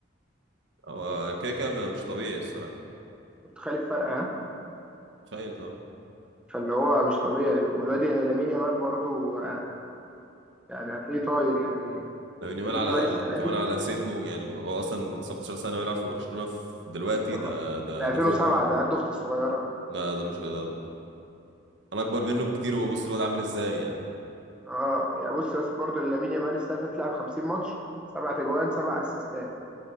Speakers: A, on the right; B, in the centre.
A: هو كده كده مش طبيعي الصراحه
B: انت متخيل الفرق ها
A: تخيل طبعا
B: فاللي هو مش طبيعي والواد يعني لامين يامال برضه يعني هتلاقيه طاير يعني
A: لامين
B: لامين
A: يامال على
B: يامال السنه
A: كمان
B: دي
A: على سنه يعني هو اصلا 17 سنه ويلعب في برشلونه في دلوقتي
B: طبعا
A: ده ده
B: ده
A: ده
B: 2007
A: فجر
B: ده قد اختي الصغيره
A: ده ده مش ده انا اكبر منه بكتير وبص الواد عامل ازاي يعني
B: اه يعني بص بس برضه لامين يامال السنه اللي فاتت لعب 50 ماتش سبع تجوان سبع اسيستات